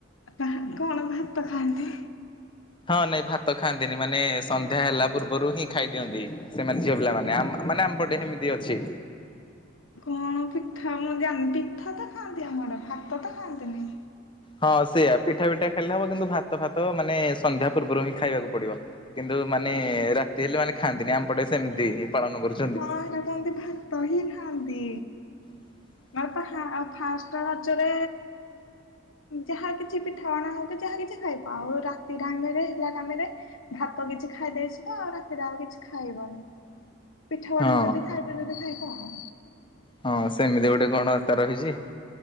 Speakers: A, on the left; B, on the left.
A: ବା କଣ ଭାତ ଖାଆନ୍ତି।
B: ହଁ ନାଇଁ ଭାତ ଖାଆନ୍ତିନି ମାନେ ସନ୍ଧ୍ୟା ହେଲା ପୂର୍ବରୁ ହିଁ ଖାଇଦିଅନ୍ତି। ସେମାନେ ଝିଅ ପିଲା ମାନେ ଆ ମାନେ ଆମପଟେ ସେମିତି ଅଛି।
A: କଣ ପିଠା ମୁଁ ଜାଣିନି ପିଠା ତ ଖାଆନ୍ତି ଆମର ଭାତ ତ ଖାଆନ୍ତିନି।
B: ହଁ ସେଇଆ ପିଠା ପିଠା ଖାଇଲେ ହବ କିନ୍ତୁ ଭାତ ଫାତ ମାନେ ସନ୍ଧ୍ୟା ପୂର୍ବରୁ ହିଁ ଖାଇବାକୁ ପଡିବ। କିନ୍ତୁ ମାନେ ରାତି ହେଲେ ମାନେ ଖାଆନ୍ତିନି ଆମପଟେ ସେମିତି ପାଳନ କରୁଛି।
A: ହଁ ହେରାକ ହିନ୍ଦି ଭାତ ହିଁ ଖାଆନ୍ତି।
B: <inaudible>
A: ଆଉ ପାହା ଆଉ ଫାଷ୍ଟ ରଜରେ ଯାହା କିଛି ପିଠାପଣା ହଉ କି ଯାହା କିଛି ଖାଇବା ଆଉ ରାତି ଟାଇମରେ ହେଲା ଟାଇମିରେ। ଭାତ କିଛି ଖାଇଦେଇଚୁ ତ ଆଉ ରାତିରେ ଆଉ କିଛି ଖାଇବନି। ପିଠାପଣା
B: ହଁ
A: ଯଦି ଖାଇବେ ଯଦି ଖାଇବ ଆଉ।
B: ହଁ ସେମିତି ଗୋଟେ କଣ ଆସ୍ତା ରହିଛି